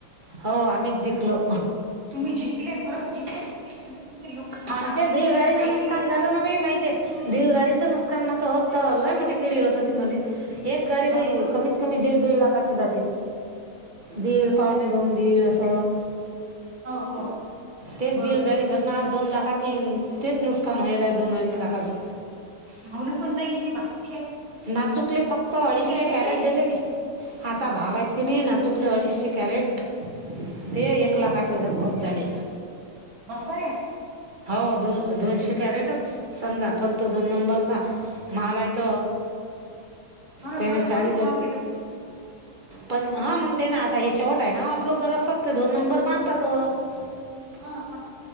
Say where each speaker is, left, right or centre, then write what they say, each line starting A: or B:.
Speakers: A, on the right; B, on the right.
A: हो आम्हीच जिंकलो
B: तुम्ही जिंकले परच जिंकले. तुम्ही म्हणजे तुमचे लोक खूप
A: आमच्या
B: चांगले
A: दिव
B: नाही
A: गाडीचं
B: तर काही
A: नुकसान
B: काही लोक
A: झालं
B: हो
A: ना भाई माहितीय दिव गाडी.. नुकसान ना होत त लय मोठी केळी होत ती मले. एक गाडी बाई
B: ना
A: कमीत कमी दीड -दीड लाखाची जाते. दीड पावणे दोन दीड असं..
B: हो हो
A: तेच
B: बरोबर
A: दीड गाडी
B: आहे
A: धरून आज दोन लाखाची तेच नुकसान व्हायल. दोन अडीच लाखचं.
B: भावना पण तही हे बाकी..
A: ना चुकले फक्त अडीचशे
B: आले
A: कॅरेट
B: ते
A: दिले ग.. आता भाव आहेत की नाही ना चुकले अडीचशे कॅरेट. ते एक लाखाचे होत झाले.
B: मगपर हे.
A: हो दो दोनशे कॅरेटच समजा पण तो दोन नंबरचा मलायथ..
B: हो ना
A: तेन
B: थोडासा
A: चाळी
B: कमी भावात
A: ग..
B: घेत असतील
A: पण हा मग ते ना आता हे शेवट आहे ना आपलं जरा सगते दोन नंबर मारतातच.
B: हा हा